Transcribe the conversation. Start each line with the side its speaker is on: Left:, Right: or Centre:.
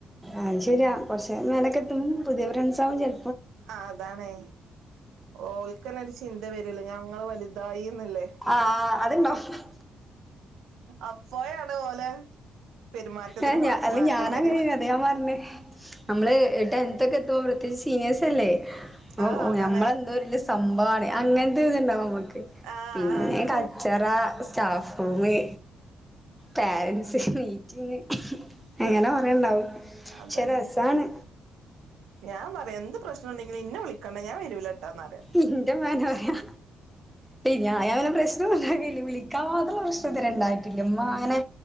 Centre: അത് ശര്യാ കൊറച്ചഴിയുമ്പോ ഒക്കെത്തും പുതിയ ഫ്രണ്ട്സാവും ചില
Right: ആ അതാണേ ഓൽക്ക്ന്നേ ഒരു ചിന്ത വരല്ലോ ഞങ്ങള് വലുതായി ന്ന്ള്ള്
Centre: ആഹ് അതുണ്ടാവും
Right: അപ്പയോണ് ഓലെ പെരുമാറ്റത്തിന്
Centre: ഏ ഞ
Right: മാ
Centre: അല്ല
Right: മാറ്റം
Centre: ഞാനാങ്ങനേണ്
Right: വരിക
Centre: അതാ ഞാൻ പറഞ്ഞേ അമ്മള് ടെൻത് ഒക്കെ എത്ത്മ്പോ പ്രത്യേക്ച്ച് സീനിയേഴ്സ് സല്ലേ അപ്പ
Right: ആഹ് അതാണേ
Centre: ഞമ്മളന്തോ വല്യ സംഭവാണ്. അങ്ങനത്തെ ഒര് ഇത്ണ്ടാവും നമ്മക്ക്
Right: ആഹ്
Centre: പിന്നെ കച്ചറ സ്റ്റാഫ്‌റൂമ്. പാരൻറ്റ്സ്. ന്ന് അങ്ങനെ കൊറേണ്ടാവും
Right: അതാണ്
Centre: പക്ഷേ രസാണ്.
Right: ഞാൻ പറയും എന്ത് പ്രശ്നണ്ടെങ്കിലും ഇന്നെ വിളിക്കണ്ട ഞാൻ വരൂല്ലാട്ടാന്ന്റിയ
Centre: ഇന്റെമ്മങ്ങനാ പറയാ. ഞായാങ്ങനെ പ്രശ്നോംല്ലാക്കല്ലേ വിളി ക്കാം മാത്രള്ള പ്രശ്നം ഇതുവരേണ്ടായിട്ടില്ല. ഉമ്മ അങ്ങനെ